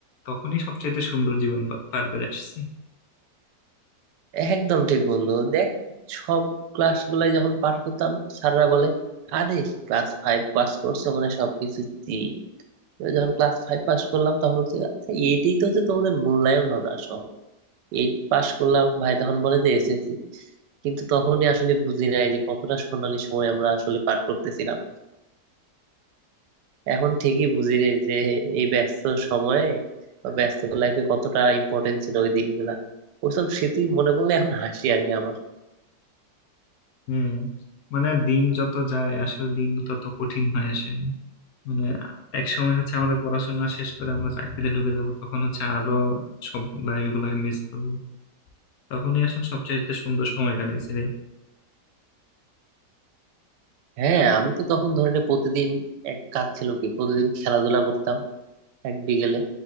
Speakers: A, on the left; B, on the right.
A: তখনই সবচেয়ে সুন্দর জীবন পা- পার করে আসছি
B: একদম ঠিক বন্ধু দেখ সব ক্লাস গুলাই যখন পার করতাম স্যাররা বলে আরে ক্লাস ফাইভ পাস করছো মানে সবকিছু সি যখন ক্লাস ফাইভ পাস করলাম তখন হচ্ছে আচ্ছা এইটাই তো হচ্ছে তোমাদের মূল্যায়ন হবে আসলে এইট পাস করলাম ভাই তখন বলে যে এসএসসি কিন্তু তখনই আসলে বুঝি নাই যে কতটা সোনালী সময় আমরা আসলে পার করতেছিলাম এখন ঠিকই বুঝি রে যে এই ব্যস্ত সময়ে বা ব্যস্ত লাইফে কতটা ইম্পর্টেন্ট ছিল ওই দিনগুলা ওসব স্মৃতি মনে পড়লে এখন হাসি আসে আমার
A: হুম মানে দিন যত যায় আসলে দিন তত কঠিন হয়ে আসেনি মানে এক সময় হচ্ছে আমাদের পড়াশোনা শেষ করে আমরা চাকরিতে ঢুকে যাব তখন হচ্ছে আরো সব লাইফ গুলাকে মিস করবো তখনই আসলে সবচেয়ে সুন্দর সময় কাটাইছি রে
B: হ্যাঁ আমি তো তখন ধরে নে প্রতিদিন এক কাজ ছিল কি প্রতিদিন খেলাধুলা করতাম এক বিকেলে